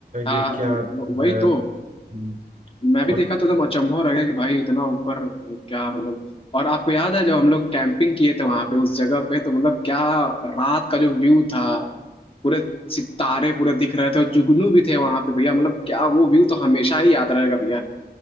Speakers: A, on the left (about 30°); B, on the right (about 45°).
A: हाँ
B: ये क्या
A: वही
B: है
A: तो
B: हम्म,
A: मैं भी
B: और
A: देखा तो एकदम अचंभव हो रह गया कि भाई इतना ऊपर क्या मतलब और आपको याद है जब हम लोग कैंपिंग किए थे वहां पे उस जगह पे तो मतलब क्या रात का जो व्यू था पूरे सितारे पूरे दिख रहे थे और जुगनू भी थे वहां पे भैया मतलब क्या वो व्यू तो हमेशा ही याद रहेगा भैया